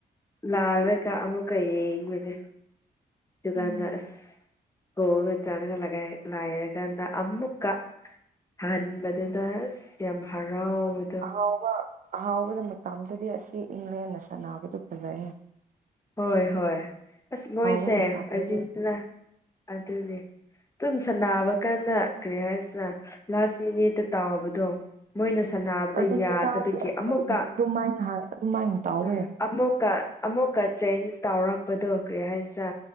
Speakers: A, on the left; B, on the right.
A: ꯂꯥꯔꯒ ꯑꯃꯨꯛꯀ ꯌꯦꯡꯕꯅꯦ ꯀꯥꯟꯗ
B: ꯎꯝ
A: ꯑꯁ ꯀꯣꯒ ꯆꯥꯅꯒꯂ ꯂꯥꯏꯔꯒꯅ ꯑꯃꯨꯀ ꯍꯟꯕꯗꯨꯗ ꯌꯥꯝ ꯍꯔꯥꯎꯕꯗ
B: ꯑꯍꯥꯎꯕ ꯑꯍꯥꯎꯕꯗ ꯃꯇꯝꯗꯗꯤ ꯑꯁꯤ ꯏꯪꯂꯦꯟꯅ ꯁꯥꯟꯅꯕꯗꯨ ꯐꯖꯩꯌꯦꯦ
A: ꯍꯣꯏ ꯍꯣꯏ ꯑꯁ ꯃꯣꯏꯁꯦ
B: ꯍꯥꯎꯕ ꯃꯇꯝꯗꯗꯤ
A: ꯑꯔꯖꯤꯦꯟꯇꯤꯅꯥ ꯑꯗꯨꯅꯦ ꯑꯗꯨꯨꯝ ꯁꯅꯥꯕ ꯀꯥꯟꯗ ꯀꯔꯤ ꯍꯥꯏꯁꯤꯔ ꯂꯥꯁ ꯃꯤꯅꯤꯠꯇ ꯇꯥꯎꯕꯗꯣ ꯃꯣꯏꯅ ꯁꯥꯟꯅꯕꯗ
B: ꯑꯥꯔꯖꯦꯟꯇꯤꯅꯥꯗꯤ
A: ꯌꯥꯗꯕꯒꯤ ꯑꯃꯨꯛꯀ
B: ꯑꯗꯨꯃꯥꯏꯅ ꯍꯥꯏ ꯑꯗꯨꯃꯥꯏꯅ ꯇꯧꯋꯦ
A: ꯑꯥ ꯑꯃꯨꯛꯀ ꯑꯃꯨꯛꯀ ꯆꯦꯟꯖ ꯇꯧꯔꯛꯄꯗꯣ ꯀꯔꯤ ꯍꯥꯏꯁꯤꯔꯥ